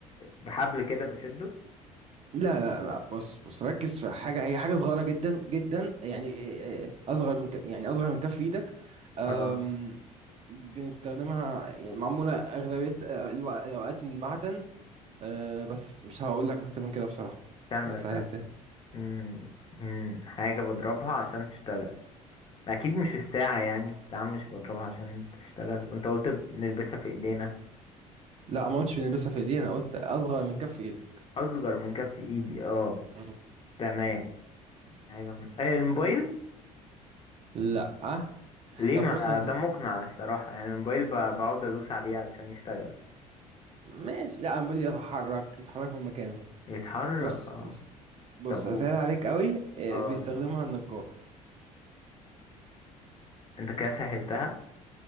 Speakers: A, on the left; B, on the right.
A: بحبل كده بشده
B: لا لا لا بص بص ركز في حاجة هي حاجة صغيرة جدا جدا يعني إيه- إيه، أصغر من ك... يعني أصغر من كف إيدك أم...
A: اه
B: بنستخدمها يعني معمولة أغلبية آه، الوق- الأوقات من معدن أه بس مش هقول لك أكتر من كده بصراحة
A: استنى
B: أنا
A: استنى
B: سهلتها لك
A: مم. مم. حاجة بضربها عشان تشتغل أكيد مش الساعة يعني الساعة مش بضربها عشان تشتغل وأنت قلت بنلبسها في إيدينا
B: لا ما قلتش بنلبسها في إيدينا أنا قلت أصغر من كف إيدك
A: أصغر من كف إيدي اه
B: مم.
A: تمام حاجة آه الموبايل
B: لا
A: ليه
B: طب
A: ما
B: بص
A: ده مقنع الصراحة يعني الموبايل ب- بقعد ادوس عليه علشان يشتغل
B: ماشي لا انا بقول يتحرك يتحرك من مكانه
A: يتحرك
B: بص
A: اه
B: بص بص
A: طب قول
B: اسهل عليك قوي إيه،
A: اه
B: بيستخدمها النجار
A: انت كده سهلتها